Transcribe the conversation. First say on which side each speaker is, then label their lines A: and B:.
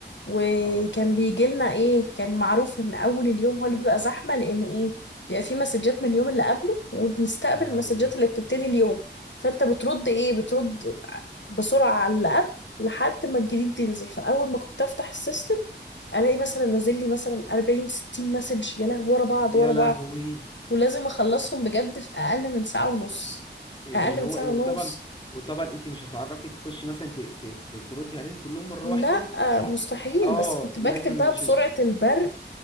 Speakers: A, on the left; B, on the left.
A: وكان
B: اه
A: بيجي لنا ايه كان معروف ان اول اليوم هو اللي بيبقى زحمه لان ايه بيبقى في مسجات من اليوم اللي قبله وبنستقبل
B: يا لهوي
A: المسجات اللي بتبتدي اليوم فانت بترد ايه بترد ع- بسرعه على اللي قبل لحد ما الجديد ينزل فاول ما كنت افتح السيستم الاقي مثلا نازل لي مثلا 40 60 مسج يا لهوي ورا بعض
B: يا
A: ورا بعض
B: لهوي
A: ولازم اخلصهم بجد في اقل من ساعه ونص
B: اللي
A: اقل من
B: هو
A: ساعه
B: ايه وطبعا
A: ونص
B: وطبعا انت مش هتعرفي تخشي مثلا ت- ت- ت- تردي عليهم كلهم مره
A: لا
B: واحده ع-
A: مستحيل
B: اه
A: بس كنت
B: لازم
A: بكتب بقى
B: عشان
A: بسرعه البرق